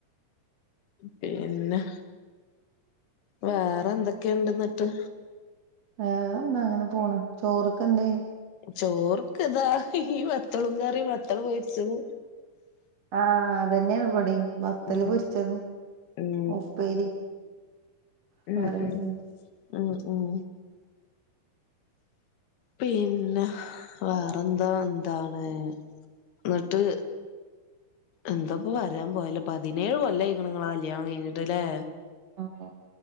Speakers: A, on the left; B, on the right.
A: പിന്നെ വേറെ എന്തൊക്കെയ ഉണ്ട് എന്നിട്ട്
B: വേറെ എന്താ അങ്ങനെ പോണ ചോറൊക്കെ എന്തേ
A: ചോർക്കെതാ ഈ മത്തളും കറി മത്തള മൊച്ചത്
B: ആഹ അതന്നെയണപടി ബത്തല്
A: ഉം
B: പൊരിച്ചതും
A: ഉം
B: ഉപ്പേരി പററക്ക
A: ഉം ഉം
B: <unintelligible>
A: ഉം ഉം
B: അ
A: പിന്നെ വേറെന്തോ എന്താണ് എന്നിട്ട് എന്തപ്പ പറയാൻ പോയല്ല പതിനേഴ് കൊല്ലായിങ്ങ നിങ്ങളെ കല്യാണം കഴിഞ്ഞിട്ടല്ലേ
B: ആഹ